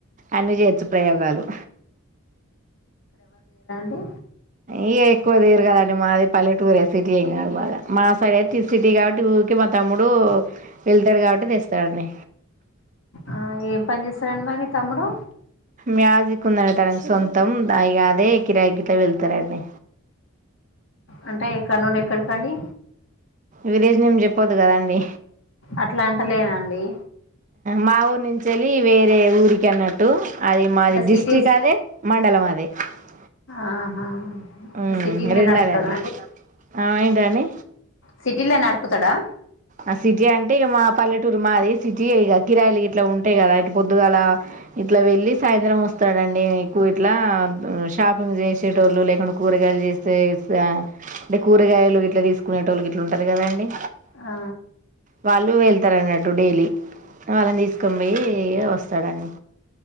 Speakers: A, on the right; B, on the left.
A: అన్ని చేయొచ్చు ప్రయోగాలు
B: ఉ
A: ఇయ ఎక్కువ తీరు కదండి మాది పల్లెటూరే సిటీ ఏం కాదు బాగా మా సారి అయితే సిటీ కాబట్టి ఊరికి మా తమ్ముడు వెళ్తాడు కాబట్టి తెస్తా ఉండె
B: ఆ ఏం పని చేస్తారండి మరి తమ్ముడు
A: మ్యాజిక్ ఉందంట తనికి సొంతం ఇగా అదే కిరాయ్ గిట్ల వెళ్తారండి
B: అంటే ఎక్కడ్నుండి ఎక్కడికండి
A: విలేజ్ నేమ్ చెప్పోద్దు కదండి
B: అట్లా అంట లేనండి
A: మా ఊరు నుంచి వెళ్ళి వేరే ఊరికి అన్నట్టు అది మాది
B: అంటే
A: డిస్టిక్
B: సిటీస్
A: అదే మండలం అదె <unintelligible>
B: ఆహా అంటే
A: మ్
B: సిటీలనే
A: <unintelligible>
B: నడుపుతాడా
A: ఆ ఏంటండి
B: సిటీలా నడుపుతడా
A: ఆ సిటీ అంటే ఇక మా పల్లెటూరు మాది సిటీ ఇక కిరాయిలు గిట్లా ఉంటాయి కదా అంటే పొద్దుగాల ఇట్లా వెళ్ళి సాయంత్రం వస్తాడండి ఎక్కువ ఇట్లా షాపింగ్ చేసేటోళ్ళు లేకుంటే కూరగాయలు చేసేసె అంటే కూరగాయలు గిట్లా తీసుకునేటోళ్ళు ఇట్లా ఉంటారు కదాండి
B: ఆ
A: వాళ్ళు వెళ్తారు అన్నట్ డైలీ వాళ్ళని తీసుకొంపోయ్యి వస్తాడు అండి